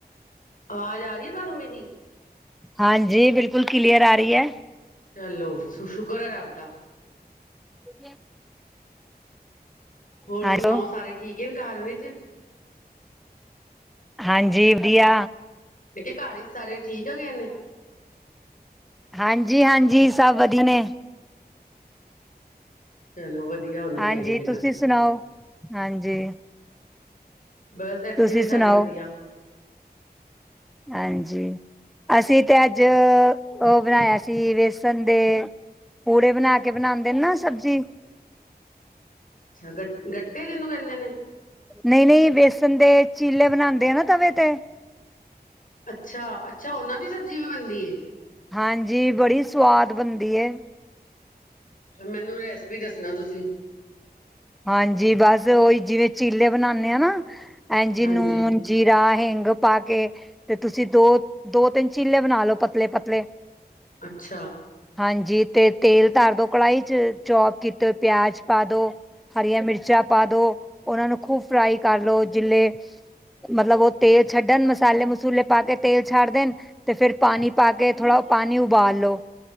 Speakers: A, on the left; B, in the centre.
A: ਆਵਾਜ਼ ਆ ਰਹੀ ਹੈ ਤੁਹਾਨੂੰ ਮੇਰੀ
B: ਹਾਂਜੀ ਬਿਲਕੁਲ ਕਲੀਅਰ ਆ ਰਹੀ ਹੈ।
A: ਚਲੋ ਸ਼ੁਕਰ ਹੈ ਰੱਬ ਦਾ
B: <unintelligible>
A: ਹੋਰ
B: ਹੈਲੋ
A: ਸੁਣਾਓ ਸਾਰੇ ਠੀਕ ਹੈ ਘਰ ਵਿੱਚ
B: ਹਾਂਜੀ ਵਧੀਆ
A: ਕਿਹਾ ਘਰ ਹੀ ਸਾਰੇ ਠੀਕ ਹੈਗੇ ਨੇ
B: ਹਾਂਜੀ -ਹਾਂਜੀ ਸਭ ਵਧੀਆ ਨੇ
A: ਚਲੋ ਵਧੀਆ ਹੋਣੇ
B: ਹਾਂਜੀ
A: ਚਾਹੀਦੇ ਨੇ ਘਰ
B: ਤੁਸੀਂ
A: ਚ ਸਾਰੇ
B: ਸੁਣਾਓ ਹਾਂਜੀ
A: ਬਸ ਇੱਥੇ
B: ਤੁਸੀਂ
A: ਵੀ ਸਾਰੇ
B: ਸੁਣਾਓ
A: ਵਧੀਆ
B: ਹਾਂਜੀ ਅਸੀਂ ਤੇ ਅੱਜ ਉਹ ਬਣਾਇਆ ਸੀ ਵੇਸਣ ਦੇ ਪੂੜੇ ਬਣਾ ਕੇ ਬਣਾਉਦੇ ਨਾ ਸਬਜ਼ੀ
A: ਸਗਨ ਗੱਟੀ ਜਿਹਨੂੰ ਕਹਿੰਦੇ ਨੇ
B: ਨਹੀਂ- ਨਹੀਂ ਵੇਸਣ ਦੇ ਚੀਲੇ ਬਣਾਉਦੇ ਆ ਨਾ ਤਵੇ ਤੇ
A: ਅੱਛਾ, ਅੱਛਾ ਉਹਨਾਂ ਦੀ ਸਬਜ਼ੀ ਵੀ ਬਣਦੀ ਏ।
B: ਹਾਂਜੀ, ਬੜੀ ਸਵਾਦ ਬਣਦੀ ਏ।
A: ਅੱਛਾ, ਮੈਨੂੰ ਰੈਸਪੀ ਦੱਸਣਾ ਤੁਸੀਂ
B: ਹਾਂਜੀ ਬਸ ਓਹੀ ਜਿਵੇਂ ਚੀਲੇ ਬਣਾਉਦੇ ਆ ਨਾ ਇੰਜ
A: ਹਾਂਜੀ
B: ਨੂੰ ਜੀਰਾ ਹਿੰਗ ਪਾ ਕੇ ਤੇ ਤੁਸੀਂ ਦੋ ਦੋ ਤਿੰਨ ਚਿੱਲੇ ਬਣਾ ਲਓ ਪਤਲੇ ਪਤਲੇ
A: ਅੱਛਾ।
B: ਹਾਂਜੀ ਤੇ ਤੇਲ ਧਾਰ ਦੋ ਕੜਾਹੀ ਚ ਚੌਪ ਕੀਤੇ ਪਿਆਜ ਪਾ ਦੋ ਹਰੀਆਂ ਮਿਰਚਾਂ ਪਾ ਦੋ, ਉਹਨਾਂ ਨੂੰ ਖੂਬ ਫਰਾਈ ਕਰ ਲੋ ਚਿੱਲੇ ਮਤਲਬ ਉਹ ਤੇਲ ਛੱਡਣ ਮਸਾਲੇ- ਮਸੂਲੇ ਪਾ ਕੇ ਤੇਲ ਛੱਡ ਦੇਣ। ਤੇ ਫਿਰ ਪਾਣੀ ਪਾ ਕੇ ਥੋੜਾ ਪਾਣੀ ਉਬਾਲ ਲਓ।